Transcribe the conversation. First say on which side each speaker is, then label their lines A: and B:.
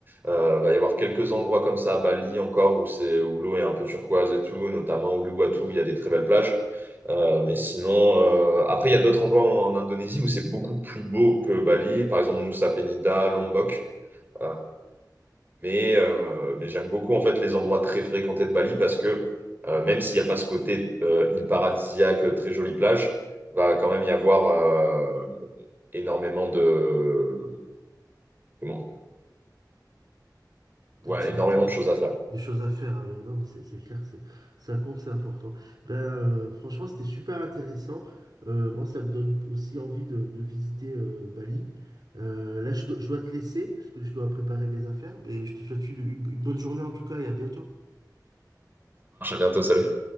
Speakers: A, on the right; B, on the right.
A: Euh, va y avoir quelques endroits comme ça à Bali encore où c'est où l'eau est un peu turquoise et tout, notamment Uluwatu, il y a des très belles plages. Euh, mais sinon, euh, après, il y a d'autres endroits en, en Indonésie où c'est beaucoup plus beau que Bali, par exemple Nusa Penida, Lombok. Euh, mais euh, mais j'aime beaucoup en fait les endroits très fréquentés de Bali parce que euh, même s'il n'y a pas ce côté euh, île paradisiaque, euh, très jolie plage, va quand même y avoir euh, énormément de comment?
B: d'activité,
A: Ouais, énormément de choses à faire.
B: des choses à faire. Ah oui, non, mais c'est c'est clair, c'est ça compte, c'est important. Ben, euh, franchement, c'était super intéressant. Euh, moi, ça me donne aussi envie de, de visiter euh, Bali. Euh, là, je, dois je dois te laisser parce que je dois préparer mes affaires. Mais je te souhaite une une une bonne journée en tout cas et à bientôt.
A: Ça